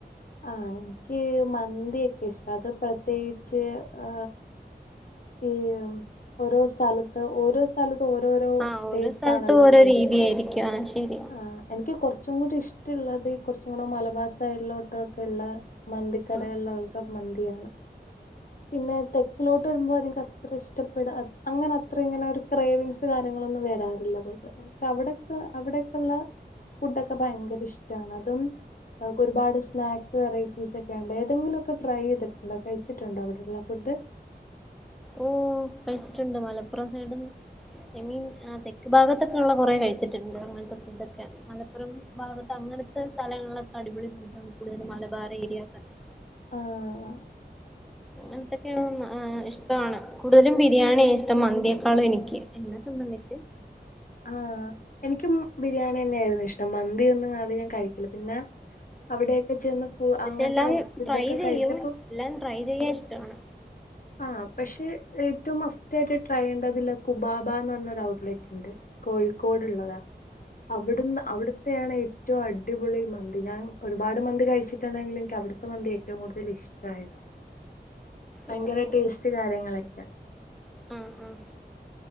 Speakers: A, on the left; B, in the centre.
A: ആഹ് എനിക്ക് മന്തിയൊക്കെ ഇഷ്ടം അത് പ്രത്യേകിച്ച് ആ ഈ പൊറോ സ്ഥലത്ത് ഓരോ സ്ഥലത് ത്തു ഓരോരോ
B: ആഹ് ഓരോ
A: ടേസ്റ്റ്
B: സ്ഥലത്തും
A: ആണല്ലോ
B: ഓരോ
A: മന്തി
B: രീതിയായിരിക്കും ആഹ് ശരിയാ
A: ആഹ് എനിക്ക് കുറ ച്ചും കൂടി ഇഷ്ടമുള്ളത് കുറച്ചും കൂടെ മലബാർ സ്റ്റൈലിലോ കാക്കുള്ള മന്തിക്കടകളിലൾക്കെ
B: ആ
A: മന്തിയാണ് പിന്നെ തെക്കിലോട്ട് വരുമ്പോ നിങ്ങക്ക് അത്ര ഇഷ്ടപ്പെടാ, അങ്ങനെ അത്ര ഇങ്ങനെ ഒരു ക്രേവിങ്സ് കാര്യങ്ങളൊന്നും വരാറില്ലാ <unintelligible> അവിടൊക്ക അവിടൊക്കെയുള്ള ഫുഡൊക്കെ ഭയങ്കര ഇഷ്ടമാണ് അതും അവക്ക് ഒരുപാട് ഇഷ് സ്നാക്സ് വെറൈറ്റീസ് ഒക്കെ ഉണ്ടോ ഏതെങ്കിലുമൊക്കെ ട്രൈ ചെയ്തിട്ടുണ്ടോ കഴിച്ചിട്ടുണ്ടോ അവിടുള്ള ഫുഡ്.
B: ഓ കഴിച്ചിട്ടുണ്ട് മലപ്പുറം സൈഡും ഐ മീൻ ആ തെക്ക് ഭാഗത്തൊക്കെ ഉള്ള കുറേ കഴിച്ചിട്ടുണ്ട് അങ്ങനത്തെ ഫുഡൊക്കെ മലപ്പുറം ഭാഗത്ത് അങ്ങനത്തെ സ്ഥലങ്ങളിലൊക്കെ അടിപൊളി ഫുഡണ് കൂടുതലും മലബാറി ഏരിയാസ് ഒക്കെ
A: ആഹ
B: അങ്ങനത്തൊക്കെയ ഇഷ്ടമാണ് കൂടുതലും ബി രിയാണ് ഇഷ്ടം മന്തിയേെക്കാളും എനിക്ക് <unintelligible>
A: ആഹ എനിക്കും ബിരിയാണി തന്നെയ ആയിരുന്നു ഇഷ് ദ മന്തി ഒന്നും അധികം കഴിക്കൽത്തില്ല. അവിടെൊക്കെ ചെന്ന് ഫ
B: പക്ഷെ
A: അങ്ങനത്തെ
B: എല്ലാം
A: ഫുഡൊക്കെ
B: ട്രൈ ചെയ്യും
A: കഴിച്ചപ്പോ
B: എല്ലാം ട്രൈ ചെയ്യാൻ ഇഷ്ടമാണ്
A: ആഹ പക്ഷെ ഏറ്റവും മസ്റ്റ് ആയിട്ട് ട്രയണ്ടതില്ല കുബാബ എന്ന് പറഞ്ഞൊരു ഔട്ട്ലെറ്റ് ഉണ്ട്. കോഴിക്കോട്ള്ളതാ. അവിടുന്ന് അവിടുത്തയാണ് ഏ ഏറ്റവും അടിപൊളി മന്തി ഞാൻ ഒരുപാട് മന്തി കഴിച്ചിട്ടെങ്കിൽ എനിക്ക് അവിടുത്തെ മന്തി ഏറ്റവും കൂടുതൽ ഇഷ്ടമായത്. ഭയങ്കര
B: ഓ ഓ
A: ടേസ്റ്റ്
B: ഓ
A: കാര്യങ്ങളൊക്കെയ.
B: ആഹ് ആഹ്